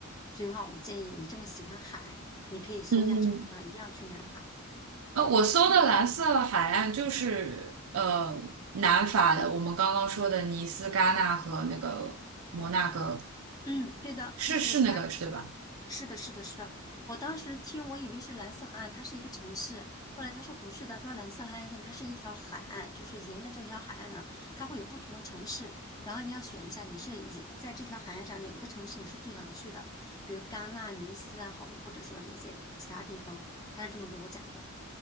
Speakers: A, on the left; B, on the right.
A: 所以的话，我建议你这么喜欢海，你可以搜一下这个地方，
B: 嗯嗯。
A: 一定要去南法。
B: 呃，我搜的蓝色海岸就是呃南法的，我们刚刚说的尼斯、戛纳和那个摩纳哥，
A: 嗯，对的，
B: 是是那个是对吧？
A: 就是他，是的，是的，是的。我当时听，我以为是蓝色海岸，它是一个城市。后来他说不是的，他说蓝色海岸线它是一条海岸，就是沿着这条海岸呢，它会有不同的城市。然后你要选一下，你是以在这条海岸上哪一个城市你是最想去的，比如戛纳、尼斯啊，好，或者说是一些其他地方。他是这么给我讲的。